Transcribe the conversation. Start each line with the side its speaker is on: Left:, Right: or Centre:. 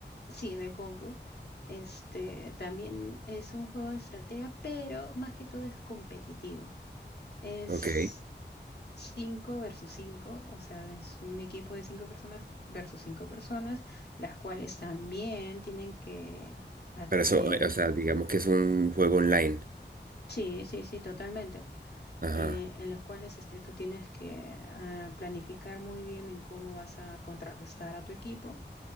Left: Sí, de compu. Este también es un juego de estrategia, pero más que todo es competitivo. Es
Right: Ok.
Left: 5 versus 5, o sea, es un equipo de 5 personas versus 5 personas, las cuales también tienen que... a-
Right: Pero eso,
Left: eh,
Right: eh, o sea, digamos que es un juego online.
Left: sí, sí, sí, totalmente.
Right: Ajá.
Left: eh, en los cuales este, tú tienes que ah, planificar muy bien en cómo vas a contrarrestar a tu equipo